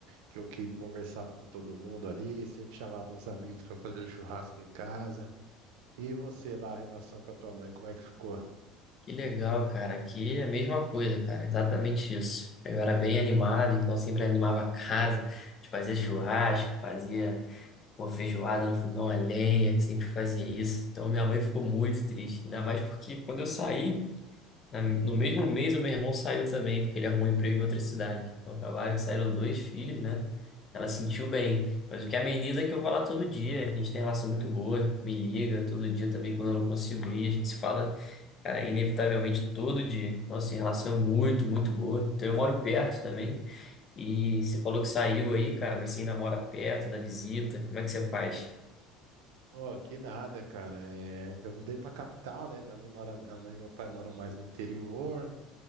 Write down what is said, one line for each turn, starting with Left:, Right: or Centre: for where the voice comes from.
Right: Que eu que conversava com todo mundo ali, sempre chamava uns amigos para fazer um churrasco em casa. E você lá, a relação com a tua mãe, como é que ficou?
Left: Que legal, cara. Aqui é a mesma coisa, cara. Exatamente isso. Eu era bem animado, então sempre animava a casa. A gente fazia churrasco, fazia uma feijoada no fogão a lenha, sempre fazia isso. Então minha mãe ficou muito triste, ainda mais porque quando eu saí, Na- No mesmo mês, o meu irmão saiu também, porque ele arrumou um emprego em outra cidade. Então, acabaram que saíram dois filhos, né? Ela sentiu bem. Mas o que ameniza é que eu vou lá todo dia. A gente tem relação muito boa, me liga todo dia também quando eu não consigo ir. A gente se fala, cara, inevitavelmente todo dia. Então, assim, relação é muito, muito boa. Então, eu moro perto também. E você falou que saiu aí, cara, mas você ainda mora perto, ainda visita. Como é que você faz?
Right: Oh, que nada, cara. É, eu mudei pra capital, né? Minha mãe mora, minha mãe e meu pai moram mais no interior.